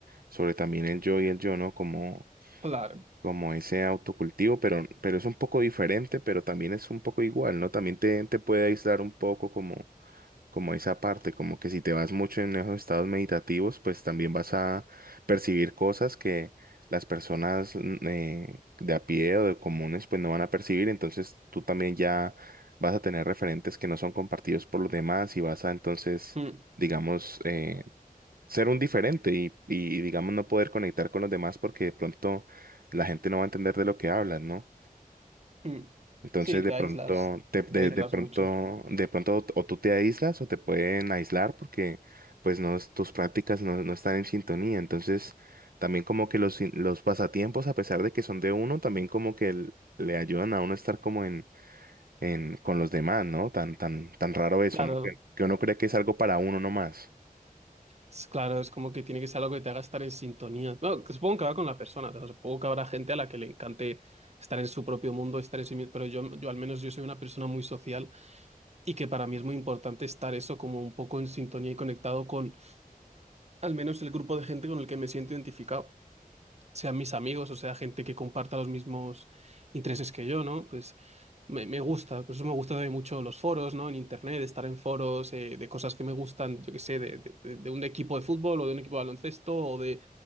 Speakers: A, on the right; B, on the right.
A: sobre también el yo y el yo, ¿no? Como,
B: claro.
A: como ese autocultivo, pero, pero es un poco diferente, pero también es un poco igual, ¿no? También te, te puede aislar un poco como como esa parte, como que si te vas mucho en esos estados meditativos, pues también vas a percibir cosas que las personas mm, eh, de a pie o de comunes pues no van a percibir, entonces tú también ya vas a tener referentes que no son compartidos por los demás y vas a entonces,
B: Mm,
A: digamos, eh, ser un diferente y, y digamos no poder conectar con los demás porque de pronto la gente no va a entender de lo que hablas, ¿no?
B: mm.
A: Entonces
B: Sí,
A: de
B: te
A: pronto,
B: aíslas,
A: te- de,
B: te aíslas
A: de pronto,
B: mucho.
A: de pronto o, tú te aíslas o te pueden aislar porque pues no, es- tus prácticas no, no están en sintonía. Entonces también como que los, in- los pasatiempos, a pesar de que son de uno, también como que l- le ayudan a uno a estar como en, en, con los demás, ¿no? Tan, tan, tan raro eso,
B: Claro,
A: ¿no? Que, que uno cree que es algo para uno nomás.
B: es, claro, es como que tiene que ser algo que te haga estar en sintonía. Bueno, que supongo que va con la persona, o sea, supongo que habrá gente a la que le encante estar en su propio mundo, estar en sí mismo, pero yo, yo al menos yo soy una persona muy social y que para mí es muy importante estar eso como un poco en sintonía y conectado con al menos el grupo de gente con el que me siento identificado, sean mis amigos o sea gente que comparta los mismos intereses que yo, ¿no? Pues me, me gusta, por eso me gustan también mucho los foros, ¿no? En internet, estar en foros eh, de cosas que me gustan, yo qué sé, de, de- de- de un equipo de fútbol o de un equipo de baloncesto o de